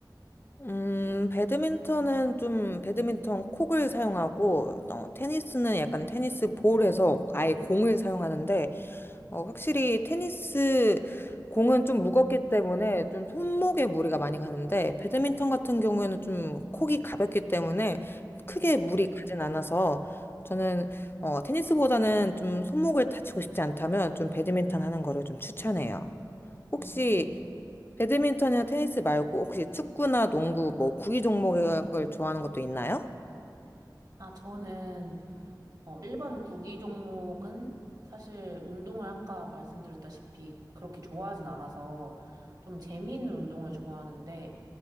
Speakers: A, on the left; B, on the right.
A: 음, 배드민턴은 좀 배드민턴 콕을 사용하고, 어, 테니스는 약간 테니스 볼에서 아예 공을 사용하는데, 어, 확실히 테니스 공은 좀 무겁기 때문에 좀 손목에 무리가 많이 가는데, 배드민턴 같은 경우에는 좀 콕이 가볍기 때문에 크게
B: 음,
A: 무리 가진 않아서, 저는 어, 테니스보다는 좀 손목을 다치고 싶지 않다면 좀 배드민턴 하는 거를 좀 추천해요. 혹시
B: 음.
A: 배드민턴이나 테니스 말고 혹시 축구나 농구 뭐 구기 종목을 좋아하는 것도 있나요?
B: 아, 저는 어, 일반 구기 종목은 사실 운동을 아까 말씀드렸다시피 그렇게 좋아하진 않아서 좀 재미있는 운동을 좋아하는데